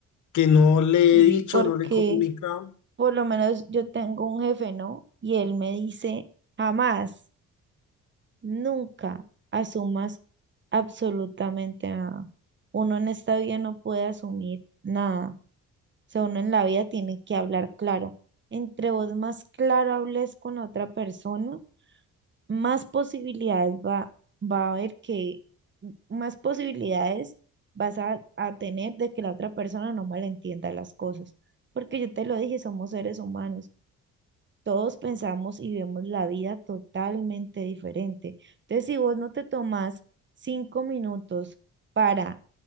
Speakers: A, on the left; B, on the right.
A: que no le
B: y
A: he dicho,
B: porque
A: no le he comunicado.
B: por lo menos yo tengo un jefe, ¿no? Y él me dice, jamás, nunca asumas absolutamente nada. Uno en esta vida no puede asumir nada, o sea, uno en la vida tiene que hablar claro entre vos más claro hables con la otra persona, más posibilidades va, va a haber que, más posibilidades vas a, a tener de que la otra persona no malentienda las cosas. Porque yo te lo dije, somos seres humanos. Todos pensamos y vemos la vida totalmente diferente. Entonces, si vos no te tomás cinco minutos para